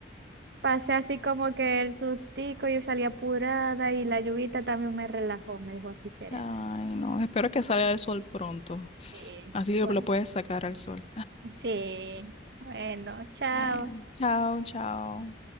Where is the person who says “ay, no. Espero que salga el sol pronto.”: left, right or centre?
Left